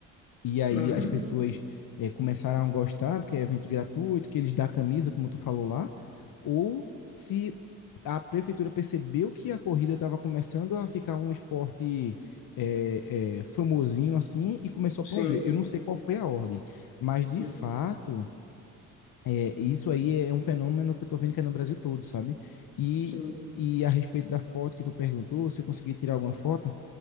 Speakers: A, on the left; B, on the left.
A: E aí
B: Uhum.
A: as pessoas é, começaram a gostar, porque é evento gratuito, que eles dão camisa, como tu falou lá, ou se a prefeitura percebeu que a corrida estava começando a ficar um esporte é, é, famosinho assim e começou a
B: Sim,
A: promover. Eu não sei qual foi a ordem, mas
B: sim,
A: de fato, é, isso aí é um fenômeno que eu estou vendo que é no Brasil todo, sabe? E,
B: sim.
A: e a respeito da foto que tu perguntou, se eu conseguir tirar alguma foto,